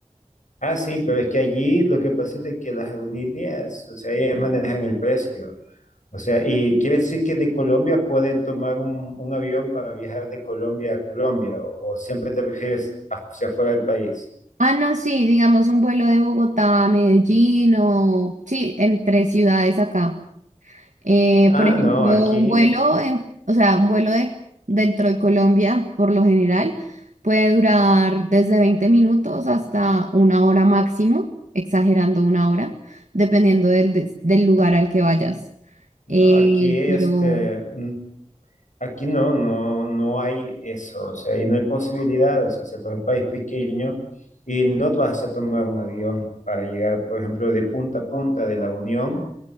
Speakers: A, on the left; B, on the right.
A: ah, sí, pero es que allí lo que pasa es de que las aerolíneas, o sea, ellas manejan el precio. O sea, y quiere decir que de Colombia pueden tomar un, un avión para viajar de Colombia a Colombia, o, o siempre te refieres hacia afuera del país.
B: Ah, no, sí, digamos un vuelo de Bogotá a Medellín o sí, entre ciudades acá. Eh,
A: Ah,
B: por ejemplo,
A: no, aquí,
B: un vuelo en, o sea, un vuelo de dentro de Colombia, por lo general, puede durar desde 20 minutos hasta una hora máximo, exagerando una hora, dependiendo del, des- del lugar al que vayas.
A: no,
B: Eh,
A: aquí, este,
B: pero,
A: mm, aquí no, no, no hay eso, o sea, y no hay posibilidad, o sea, se por un país pequeño y no vas a tomar un avión para llegar, por ejemplo, de punta a punta de la Unión